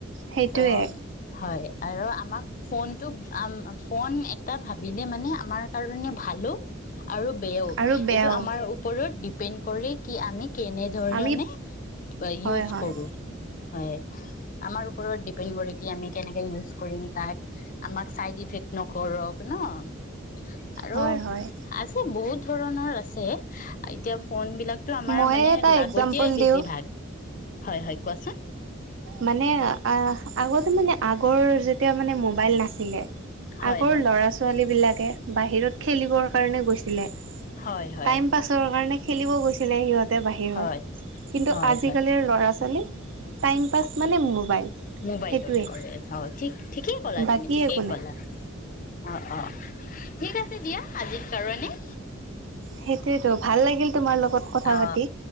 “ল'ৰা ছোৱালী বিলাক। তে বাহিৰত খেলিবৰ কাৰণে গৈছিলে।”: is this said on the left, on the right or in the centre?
Right